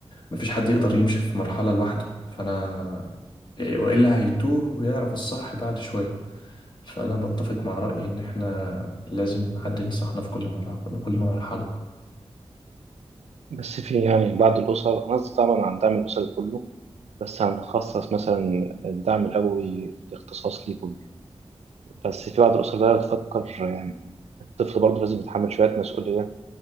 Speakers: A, on the left (about 45°); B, on the right (about 85°).
A: مفيش حد يقدر يمشي في مرحلة لوحده فانا والا هيتوه ويعرف الصح بعد شوية فانا بتفق مع رأيي ان احنا لازم حد ينصحنا في كل مرة في كل مرحلة
B: بس في يعني بعض الأسر أنا قصدي طبعا عن الدعم الأسري كله بس هنخصص مثلا الدعم الأبوي اختصاص ليه كله بس في بعض الأسر بقى بتفكر يعني الطفل برضه لازم يتحمل شوية مسؤولية